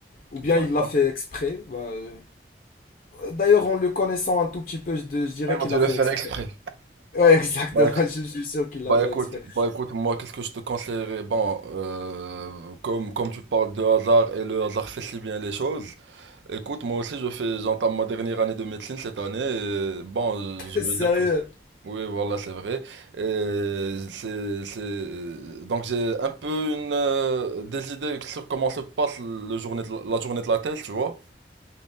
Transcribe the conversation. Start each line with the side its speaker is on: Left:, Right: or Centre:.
Left: Ou bien
Right: d'accord.
Left: il l'a fait exprès. bah, euh, D'ailleurs, en le connaissant un tout petit peu, je, je dirais
Right: Ils
Left: qu'il
Right: ont dû
Left: l'a
Right: le
Left: fait
Right: faire
Left: exprès.
Right: exprès.
Left: Ouais, <laughs> exactement,
Right: Bah, éc-
Left: je suis sûr qu'il l'a
Right: bah,
Left: fait
Right: écoute,
Left: exprès.
Right: bah écoute, moi qu'est-ce que je te conseillerais? Bon, euh, comme, comme tu parles de hasard et le hasard fait si bien les choses, écoute, moi aussi je fais, j'entame ma dernière année de médecine cette année et bon,
Left: <laughs>
Right: je veux
Left: Sérieux.
Right: dire que... Oui, voilà, c'est vrai. Et c'est, c'est... Donc j'ai un peu une, euh, des idées sur comment se passe le journée de la la journée de la thèse, tu vois.